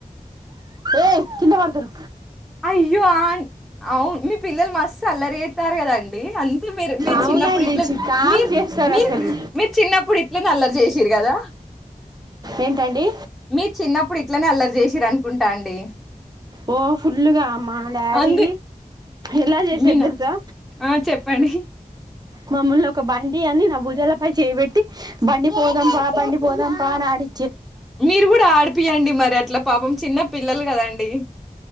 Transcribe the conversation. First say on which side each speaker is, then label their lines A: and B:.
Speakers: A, on the right; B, in the centre.
A: ఏయ్ కింద వడతరు.
B: అయ్యో అన్ అవును మీ పిల్లలు మస్త్ అల్లరి చేత్తా ఉన్నరు కదాండి అంతే మీరు. మీరు
A: అవునండి
B: చిన్నప్పుడు ఇట్ల
A: చికాకు
B: మీరు
A: చేస్తారు
B: మీరు
A: అసలు
B: మీరు చిన్నప్పుడు ఇట్లనే అల్లరి చేశింరు కదా.
A: ఏంటండి
B: మీరు చిన్నప్పుడు ఇట్లనే అల్లరి చేసింరు అనుకుంటా అండి.
A: ఓ ఫుల్లుగా. మా డాడీ
B: అందు
A: ఎలా చేసేది
B: మీనా
A: తెలుసా
B: ఆ చెప్పండి
A: మమ్మల్ని ఒక బండి అని నా భుజాలపై చేయి పెట్టి బండి పోదాంపా బండి పోదాంపా ఆడి
B: మీరు కూడా ఆడిపియండి మరి అట్లా పాపం చిన్న పిల్లలు కదండి.